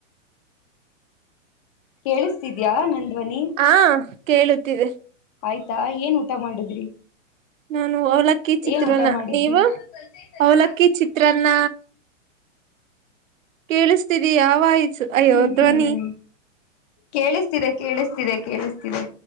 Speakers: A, on the left (about 30°); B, on the right (about 80°).
A: ಕೇಳಿಸ್ತಿದ್ಯಾ ನನ್ ಧ್ವನಿ
B: ಹಾ ಕೇಳುತ್ತಿದೆ
A: ಆಯ್ತಾ ಏನ್ ಊಟ ಮಾಡಿದ್ರಿ
B: ನಾನು ಅವಲಕ್ಕಿ ಚಿತ್ರನ
A: ಏನ್ ಊಟ ಮಾಡಿದ್ರಿ
B: ನೀವು
A: <unintelligible>
B: ಅವಲಕ್ಕಿ ಚಿತ್ರನ್ನ ಕೆಳುಸ್ತಿದಿಯಾ ವೈಸ್ ಅಯ್ಯೋ
A: ಹ್ಮ್
B: ಧ್ವನಿ
A: ಹ್ಮ್ ಕೇಳಿಸ್ತಿದೆ ಕೇಳಿಸ್ತಿದೆ ಕೇಳಿಸ್ತಿದೆ